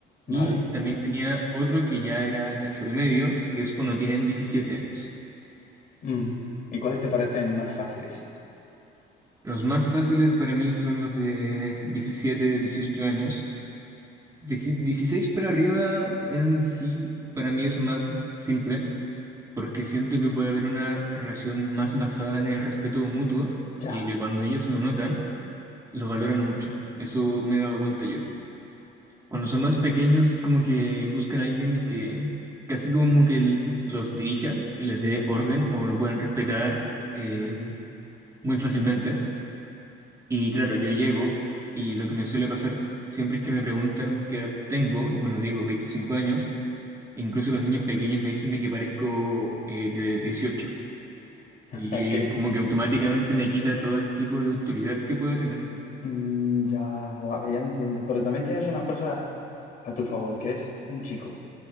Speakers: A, on the right (about 15°); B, on the left (about 45°).
A: y
B: <laughs> Vale.
A: también tenía otro que ya era tercero medio, que es cuando tienen 17 años.
B: Mm. ¿Y cuáles te parecen más fáciles?
A: Los más fáciles para mí son los de diecisiete dieciocho años Dieci- 16 para arriba en sí para mí es más simple porque siento que puede haber una relación más basada en el respeto mutuo
B: Ya.
A: y que cuando ellos lo notan, lo valoran mucho. Eso me he dado cuenta yo. Cuando son más pequeños, como que buscan a alguien que casi como que l- los dirija, les dé orden o lo puedan respetar eh, muy fácilmente. Y claro, yo llego y lo que me suele pasar siempre es que me preguntan qué edad tengo y cuando digo 25 años, Incluso los niños pequeños me dicen de que parezco eh, de dieciocho Y
B: <laughs> Qué bien.
A: como que automáticamente me quita todo el tipo de autoridad que pueda tener.
B: Mm, ya, vale, ya entiendo. Pero también tienes una cosa a tu favor, que eres un chico.